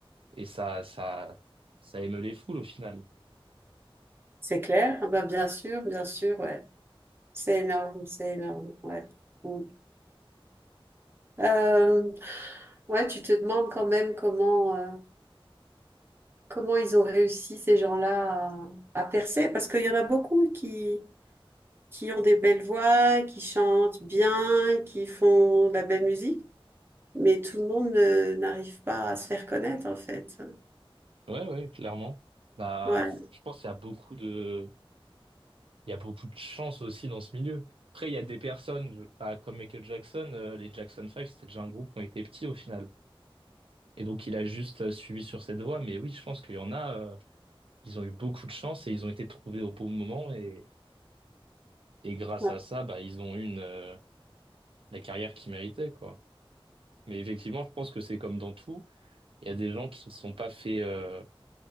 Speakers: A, on the right; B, on the right.
A: et ça, ça, ça émeut les foules au final.
B: c'est clair. Ah bah, bien sûr, bien sûr, ouais. C'est énorme, c'est énorme, ouais. Mm. Euh, ouais, tu te demandes quand même comment. euh, Comment ils ont réussi ces gens-là à, à percer? Parce qu'il y en a beaucoup qui, qui ont des belles voix, qui chantent bien, qui font de la belle musique, mais tout le monde ne- n'arrive pas à se faire connaître en fait.
A: Ouais, ouais, clairement. Bah,
B: Ouais,
A: je pense qu'il y a beaucoup de il y a beaucoup de chance aussi dans ce milieu. Après, il y a des personnes, je- bah, comme Michael Jackson, euh, les Jackson Five c'était déjà un groupe qui était petit au final. Et donc, il a juste euh, suivi sur cette voie. Mais oui, je pense qu'il y en a, euh, ils ont eu beaucoup de chance et ils ont été trouvés au bon moment. Et, et grâce
B: ouais,
A: à ça, bah, ils ont eu une, euh, la carrière qu'ils méritaient, quoi. Mais effectivement, je pense que c'est comme dans tout. Il y a des gens qui ne sont pas fait, euh,